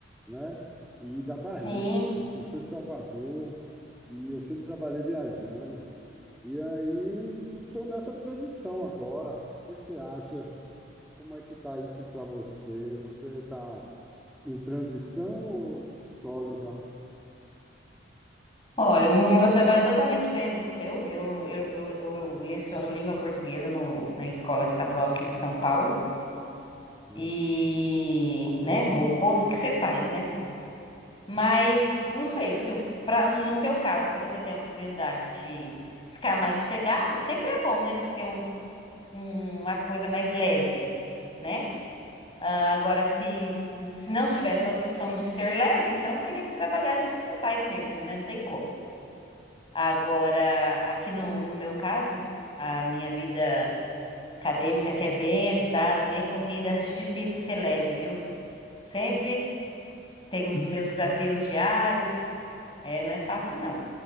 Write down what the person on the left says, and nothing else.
Sim.
Olha, o meu trabalho é totalmente diferente do seu. Eu, eu, eu, eu leciono língua portuguesa no, na escola estadual aqui de São Paulo.
E, né, o oposto do que você faz, né? Mas, não sei, se, pra, no seu caso, se você tem a oportunidade de ficar mais sossegado, sempre é bom, né? A gente tem um, um- uma coisa mais leve, né? Ah, agora, se, se não tivesse a opção de ser leve, então teria que trabalhar do jeito que você faz mesmo, né? Não tem como. Agora, aqui no, no meu caso, a minha vida acadêmica, que é bem agitada, bem corrida, acho difícil ser leve, viu? Sempre tem os meus desafios diários. É, não é fácil, não.